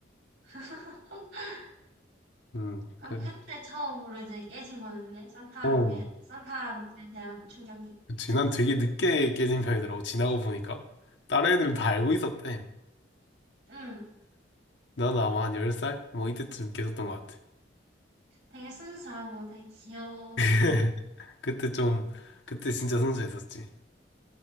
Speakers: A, on the right (about 65°); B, on the left (about 70°).
A: <laughs>
B: 음,
A: 그럼
B: 그,
A: 그때 처음으로 이제 깨진 거였네. 산타
B: 어,
A: 할아버지, 산타 할아버지에 대한 충격이.
B: 그치. 난 되게 늦게 깨진 편이더라고. 지나고 보니까. 다른 애들은 다 알고 있었대.
A: 응.
B: 나는 아마 한 10살? 뭐 이때쯤 깨졌던 것 같아.
A: 되게 순수하고 되게 귀엽네.
B: <laughs> 그때 좀, 그때 진짜 순수했었지.